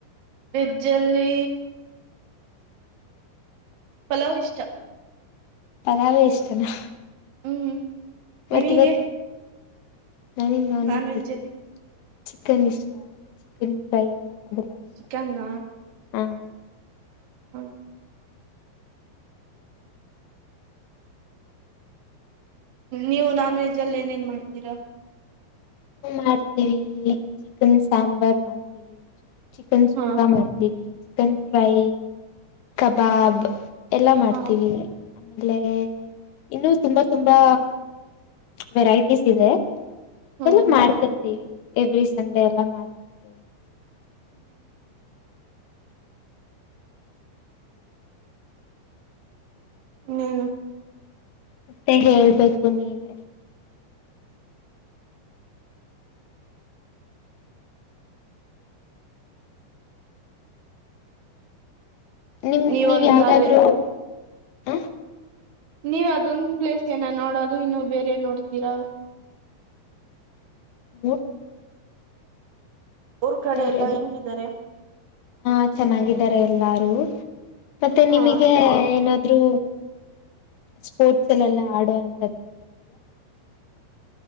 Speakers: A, on the right; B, on the left.
A: ವೆಜ್ಜಲಿ ಪಲಾವ್ ಇಷ್ಟ
B: ಪಲಾವೆ ಇಷ್ಟನಾ
A: ಹ್ಮ್
B: ಮತ್ತ
A: ನಿಮಗೆ
B: ಇವತ್ತು ನಾನನ್ ನಾನ್ವೆೆಜ್
A: ನಾನ್ ವೆಜ್
B: ಅಲ್ಲಿ ಚಿಕನ್ ಇಷ್ಟ ಚಿಕನ್ ಫ್ರೈ ಅದೆಲ್ಲ ಇಷ್ಟ
A: ಚಿಕನ್ನ
B: ಹಾಂ
A: ಹ್ಮ ನೀವು ನಾನ್ ವೆಜ್ ಅಲ್ಲಿ ಏನೇನ್ ಮಾಡ್ತೀರಾ
B: ಹ ಮಾಡ್ತೀವಿ ಚಿಕನ್ ಸಾಂಬಾರ್ ಮಾಡ್ತೀವಿ ಚಿಕನ್ ಸುಕ್ಕಾ
A: ಹಾ
B: ಮಾಡ್ತೀವಿ ಚಿಕನ್ ಫ್ರೈ ಕಬಾಬ್ ಎಲ್ಲ ಮಾಡ್ತೀವಿ
A: ಹ
B: ಆಮೇಲೆ ಇನ್ನು ತುಂಬಾ ತುಂಬಾ ವೆರೈಟೀಸ್ ಇದೆ ಅದೆಲ್ಲ
A: ಹ್ಮ್ ಹ್ಮ್
B: ಮಾಡ್ತಿರ್ತೇವಿ ಎವ್ರಿ ಸಂಡೆ ಎಲ್ಲ ಮಾಡ್ತಿರ್ತೇವಿ
A: ಹ್ಮ್ ಇನ್ ಏನು
B: ಮತ್ತೆ ಹೇಳ್ಬೇಕು ನೀವೇ ನಿಮ್
A: ನೀವೊಂದ
B: ನೀವ್ ಯಾವ್ದಾದ್ರರು
A: ಅದೇ
B: ಹ
A: ನೀವ್ ಅದೊಂದ್ ಪ್ಲೇಸ್ ಏನ ನೋಡದು ಇನ್ನು ಬೇರೆ ನೋಡ್ತೀರಾ
B: ನಿವು
A: ಊರ್ ಕಡೆ
B: ಬೆರೆದು
A: ಎಲ್ಲಾ ಹೆಂಗಿದ್ದಾರೆ
B: ಹಾ ಚೆನ್ನಾಗಿದ್ದಾರೆ ಎಲ್ಲಾರು ಮತ್ತೆ
A: ಹಾ
B: ನಿಮಗೆ ಏನ್ ಆದ್ರೂ ಸ್ಪೋರ್ಟ್ಸ್ ಎಲ್ಲೆಲ್ಲ ಆಡುವಂತದ ಏನಾದ್ರು ಇದ್ಯಾ